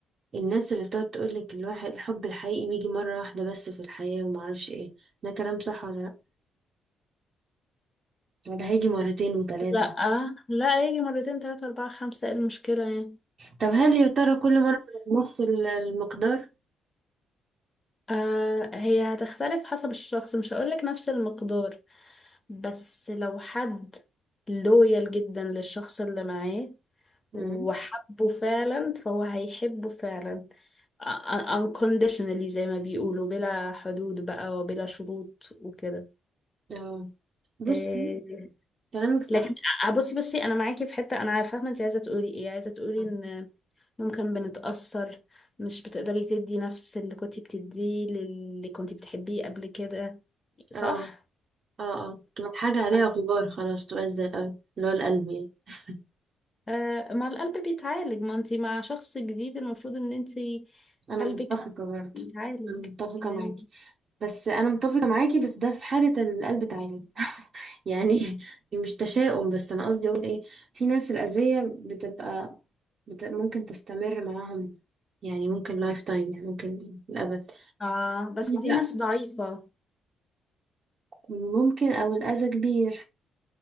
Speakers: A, on the right; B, on the left.
A: الناس اللي بتقعد تقولك الواحد الحب الحقيقي بيجي مرة واحدة بس في الحياة ومعرفش ايه ده كلام صح ولا لأ؟ وده هيجي مرتين وتلاتة
B: لا لا يجي مرتين تلاتة اربعة خمسة ايه المشكلة يعني
A: طب هل يا ترى كل مرة بيبقى نفس ال- المقدار؟
B: آه هي هتختلف حسب الشخص مش هقولك نفس المقدار بس لو حد لويال جدا للشخص اللي معاه
A: مم.
B: وحبه فعلا فهو هيحبه فعلا أ- أ- unconditionally زي ما بيقولوا بلا حدود بقى وبلا شروط وكده
A: اه بصي
B: إيه،
A: كلامك صح
B: لكن أ- بصي بصي انا معاكي في حتة انا فاهمة انت عايزة تقولي ايه عايزة تقولي
A: اه
B: ان ممكن بنتأثر مش بتقدري تدي نفس اللي كنت بتديه للي كنت بتحبيه قبل كده صح؟
A: اه اه تبقى حاجة عليها
B: لا
A: غبار خلاص تبقى زي القلب اللي هو القلب يعني <laughs>
B: آه ما القلب بيتعالج ما انت مع شخص جديد المفروض ان انت
A: أنا
B: قلبك
A: متفقة برضه
B: بيتعالج
A: أنا متفقة
B: يعني
A: معاكي بس أنا متفقة معاكي بس ده في حالة إن القلب اتعالج <laughs> يعني مش تشاؤم بس أنا قصدي أقول إيه في ناس الأذية بتبقى بت... ممكن تستمر معاهم يعني ممكن لايف تايم يعني ممكن للأبد
B: اه بس دي
A: لا
B: ناس ضعيفة
A: ممكن او الاذى كبير